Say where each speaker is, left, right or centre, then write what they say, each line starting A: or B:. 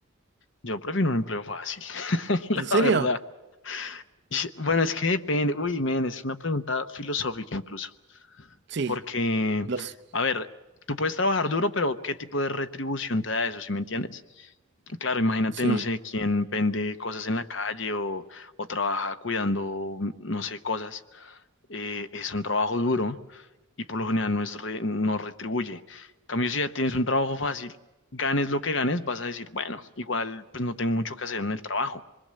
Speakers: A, on the left; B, on the right.
A: yo prefiero un empleo fácil, <laughs>
B: ¿En serio?
A: la verdad. Ish, Bueno, es que depende. Uy, men, es una pregunta filosófica incluso.
B: Sí,
A: Porque,
B: los...
A: a ver, tú puedes trabajar duro, pero ¿qué tipo de retribución te da eso, si me entiendes? Claro, imagínate,
B: Sí,
A: no sé, quién vende cosas en la calle o, o trabaja cuidando, no sé, cosas. Eh, es un trabajo duro y por lo general no es re- no retribuye. En cambio, si ya tienes un trabajo fácil, ganes lo que ganes, vas a decir, bueno, igual pues no tengo mucho que hacer en el trabajo.